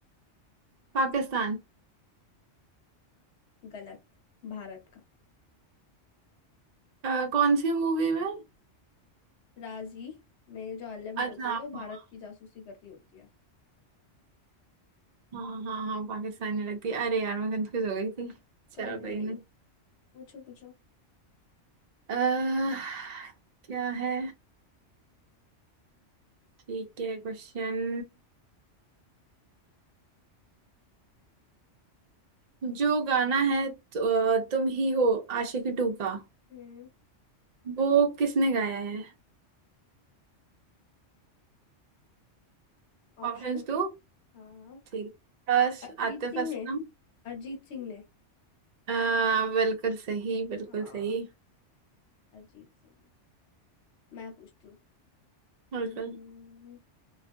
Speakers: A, on the right; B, on the left.
A: पाकिस्तान
B: गलत भारत का
A: अ, कौन सी मूवी में
B: राजी में जो आलिया भट्ट
A: अच्छा
B: होती है
A: हाँ।
B: वो भारत की जासूसी कर रही होती है
A: हाँ हाँ हाँ पाकिस्तानी लगती है अरे यार मैं कंफ्यूज हो गई थी चलो
B: कोई नहीं
A: कोई
B: कोई
A: नहीं
B: नहीं पूछो पूछो
A: अह क्या है ठीक है क्वेश्चन जो गाना है तो, तुम ही हो आशिकी टू का
B: हम्म
A: वो किसने गाया है
B: ऑप्शन
A: ऑप्शंस दो
B: हाँ
A: ठीक बस
B: अरिजीत
A: आतिफ
B: सिंह
A: असलम
B: ने अरिजीत सिंह ने
A: अह बिल्कुल सही बिल्कुल
B: हाँ
A: सही
B: अरिजीत सिंह ने मैं पूछती हूँ
A: बिल्कुल
B: हम्म,